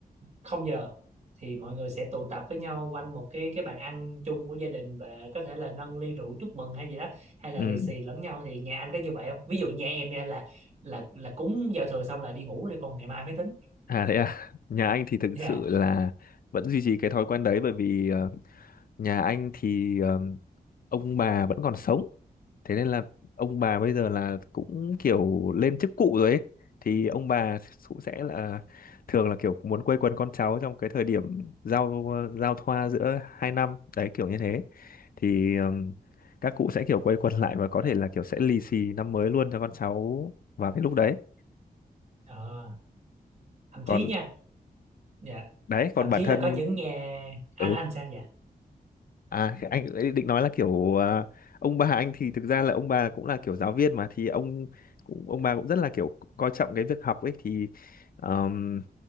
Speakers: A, on the right; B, on the left.
A: không giờ thì mọi người sẽ tụ tập với nhau quanh một cái cái bàn ăn chung của gia đình và có thể là nâng ly rượu chúc mừng hay gì đó hay là
B: ừ
A: lì xì lẫn nhau thì nhà anh có như vậy không ví dụ nhà em nha là là là cúng giao thừa xong là đi ngủ để còn ngày mai mới tính
B: À thế à, nhà anh thì thực
A: dạ
B: sự là vẫn duy trì cái thói quen đấy bởi vì ờ, nhà anh thì ờm, ông bà vẫn còn sống. Thế nên là ông bà bây giờ là cũng kiểu lên chức cụ rồi ấy. Thì ông bà cũng sẽ là thường là kiểu muốn quây quần con cháu trong cái thời điểm giao ờ, giao thoa giữa hai năm đấy kiểu như thế. Thì ờm, các cụ sẽ kiểu quây quần lại và có thể là kiểu sẽ lì xì năm mới luôn cho con cháu vào cái lúc đấy.
A: Ờ, thậm
B: Còn
A: chí nha dạ
B: đấy
A: thậm
B: còn bản
A: chí
B: thân
A: là có những nhà anh
B: ừ
A: anh sao vậy
B: à anh ấy định nói là kiểu à, ông bà anh thì thực ra là ông bà cũng là kiểu giáo viên mà thì ông cũng ông bà cũng rất là kiểu coi trọng cái việc học ấy thì ờm,